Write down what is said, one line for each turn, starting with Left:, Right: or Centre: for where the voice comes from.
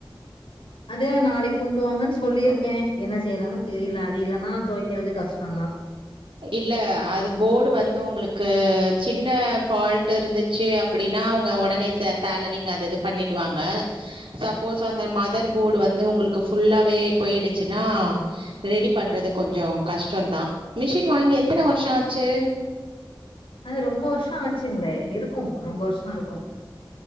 Left: அதா நாளைக் கொண்டு வாங்கன்னு சொல்லிருக்கே என்ன செய்றாங்கன்னு தெரில அது இல்லன்னா தொவைக்கிறது கஷ்டந்தா
Right: இல்ல அது போர்டு வந்து உங்களுக்கு சின்ன ஃபால்ட் இருந்துச்சு அப்படின்னா அவுங்க உடனே ச சேலரிங் அது இது பண்ணிடுவாங்க சப்போஸ் அந்த மதர் போர்டு வந்து உங்களுக்கு ஃபுல்லாவே போயிடுச்சுன்னா ரெடி பண்றது கொஞ்சோ கஷ்டந்தா மிஷின் வாங்கி எத்தன வருஷ ஆச்சு
Left: அது ரொம்ப வருஷ ஆச்சுங்களே இருக்கு ரொம்ப வர்ஷோ இருக்கு